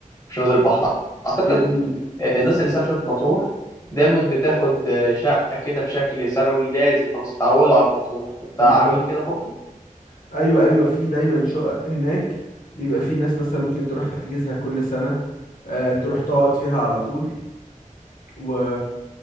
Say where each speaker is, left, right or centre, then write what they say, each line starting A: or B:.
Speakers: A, on the left (about 25°); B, on the left (about 75°).
A: مش نازل بحر اعتقد
B: يا ابني
A: آه، الناس
B: مم،
A: اللي سافرت مطروح دايما بتاخد آه، شقه كده بشكل سنوي لازم خلاص اتعودوا على مطروح انت
B: بالظبط
A: عاملين كده برضه
B: ايوه ايوه في دايما شقق هناك بيبقى في ناس مثلا ممكن تروح تحجزها كل سنة آه، تروح تقعد فيها على طول و